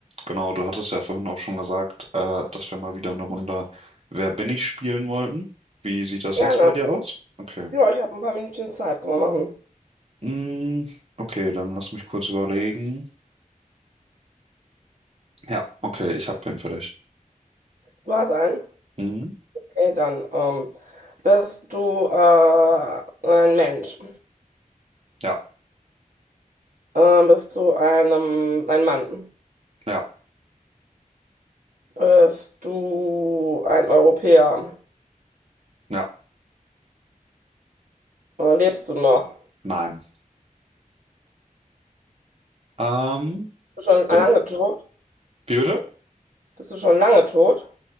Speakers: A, on the right (about 45°); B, on the right (about 70°).
A: Genau, du hattest ja vorhin auch schon gesagt, äh, dass wir mal wieder eine Runde Wer bin ich spielen wollten. Wie sieht das
B: Gerne.
A: jetzt bei dir aus? Okay.
B: Ja, ich habe ein paar Minütchen Zeit. Können wir machen.
A: Mm, okay, dann lass mich kurz überlegen. Ja, okay, ich habe wen für dich.
B: Du hast einen?
A: Mhm.
B: Okay, dann. Ähm, bist du äh, ein Mensch?
A: Ja,
B: Ähm, bist du einem, ein Mann?
A: ja,
B: Bist du ein Europäer?
A: ja,
B: Äh, lebst du noch?
A: nein. Ähm,
B: Bist du schon
A: bin,
B: lange tot?
A: wie bitte?
B: Bist du schon lange tot?